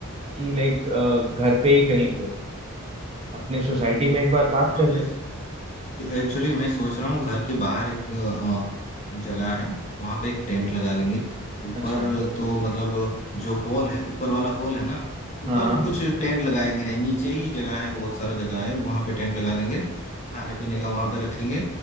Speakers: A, on the right; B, on the left.
A: कि लाइक घर पे ही कहीं पे अपने सोसाइटी में एक बार बात
B: हाँ
A: कर
B: मैं
A: ले
B: एक्चुअली मैं सोच रहा हूँ घर के बाहर एक अ, अ, जगह है वहां पे एक टेंट लगा लेंगे ऊपर
A: अच्छा
B: तो मतलब जो हॉल है ऊपर वाला हॉल है ना ऊपर
A: हाँ हाँ
B: कुछ टेंट लगाएंगे नहीं नीचे ही जगह है बहुत सारा जगह है वहां पे टेंट लगा देंगे खाने पीने का वहां पे रख लेंगे